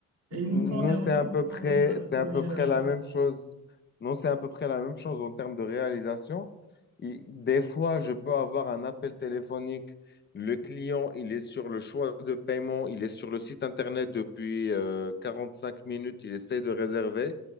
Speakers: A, on the right; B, on the left.
A: Et ils nous
B: Nous,
A: font des retours
B: c'est à peu
A: pour qu'on
B: près,
A: puisse
B: c'est
A: corriger
B: à peu près
A: la chose.
B: la même chose. Non, c'est à peu près la même chose en termes de réalisation. Il- Des fois, je peux avoir un appel téléphonique. Le client, il est sur le choix de paiement, il est sur le site internet depuis euh, cinq minutes, il essaie de réserver